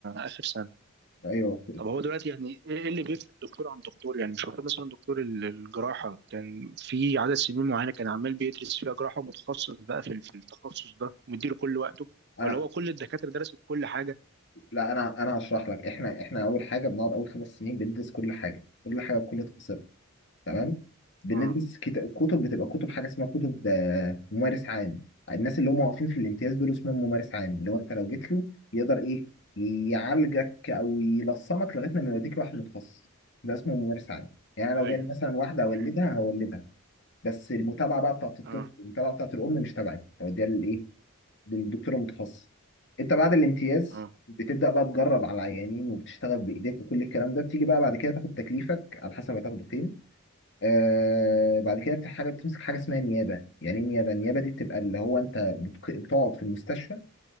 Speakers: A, on the right; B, on the left.
A: اخر سنه
B: ايوه
A: طب هو دلوقتي يعني ايه إيه اللي بيفرق دكتور عن دكتور يعني مش المفروض مثلا دكتور ال- الجراحه كان في عدد سنين معينه كان عمال بيدرس فيها جراحه ومتخصص بقى في ال- في التخصص ده ومديله كل وقته
B: انا
A: ولا هو كل الدكاتره درست كل حاجه
B: لا انا انا هشرح لك احنا احنا اول حاجه بنقعد اول خمس سنين بندرس كل حاجه كل حاجه بكل تفاصيلها تمام بندرس
A: اه
B: كت- كتب بتبقى كتب حاجه اسمها كتب آه، ممارس عام الناس اللي هم واقفين في الامتياز دول اسمهم ممارس عام اللي هو انت لو جيت له يقدر ايه يعالجك او يلصمك لغايه ما يوديك لواحد متخصص ده اسمه ممارس عام يعني أنا
A: ايوه
B: لو جاي مثلا واحده اولدها
A: ايوه
B: هولدها بس المتابعه بقى بتاعت الطفل
A: اه
B: المتابعه بتاعت الام مش تبعي هوديها للايه للدكتور المتخصص انت بعد الامتياز
A: اه
B: بتبدا بقى تجرب على العيانين وبتشتغل بايديك وكل الكلام ده بتيجي بقى بعد كده تاخد تكليفك على حسب هتاخده فين آه بعد كده بتح- حاجه بتمسك حاجه اسمها نيابه يعني ايه نيابه النيابه دي بتبقى اللي هو انت بتق- بتقعد في المستشفى